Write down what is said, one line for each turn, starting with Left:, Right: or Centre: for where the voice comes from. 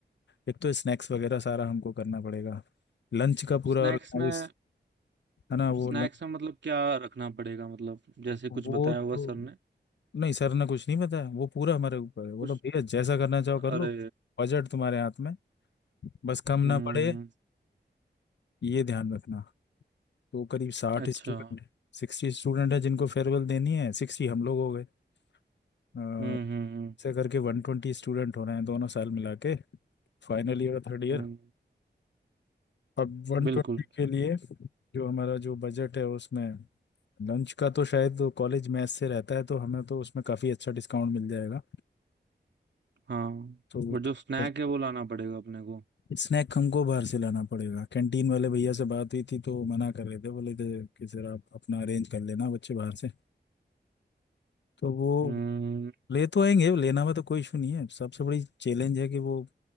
Left: एक तो स्नैक्स वगैरह सारा हमको करना पड़ेगा लंच का पूरा
Right: स्नैक्स
Left: ऑर्गेनाइज
Right: में
Left: है ना वो
Right: स्नैक्स
Left: लंच
Right: में मतलब क्या रखना पड़ेगा मतलब जैसे कुछ
Left: वो
Right: बताया
Left: तो
Right: होगा सर ने
Left: नहीं सर ने कुछ नहीं बताया वो पूरा हमारे ऊपर है बोलो
Right: कुछ
Left: भैया जैसा करना चाहो
Right: अरे
Left: कर लो बजट तुम्हारे हाथ में बस कम
Right: हम्म
Left: ना पड़े ये ध्यान रखना तो करीब साठ
Right: अच्छा
Left: स्टूडेंट सिक्सटी स्टूडेंट है जिनको फेयरवेल देनी है सिक्सटी हम लोग हो गए अ,
Right: हम्म हम्म हम्म
Left: ऐसे करके वन ट्वेंटी स्टूडेंट हो रहे हैं दोनों साल मिला के फाइनल ईयर और थर्ड ईयर
Right: हम्म,
Left: अब वन
Right: बिल्कुल
Left: ट्वेंटी के लिए जो हमारा जो बजट है उसमें लंच का तो शायद कॉलेज मेस से रहता है तो हमें तो उसमें काफ़ी अच्छा डिस्काउंट मिल जाएगा
Right: हाँ
Left: तो वो
Right: बट जो
Left: तो
Right: स्नैक
Left: फिर
Right: है वो लाना पड़ेगा अपने को
Left: स्नैक हमको बाहर से लाना पड़ेगा कैंटीन वाले भैया से बात हुई थी तो मना कर रहे थे बोले थे कि सर आप अपना अरेंज कर लेना बच्चे बाहर से तो वो
Right: हम्म
Left: ले तो आएंगे लेना में तो कोई इशू नहीं है सबसे बड़ी चैलेंज है कि वो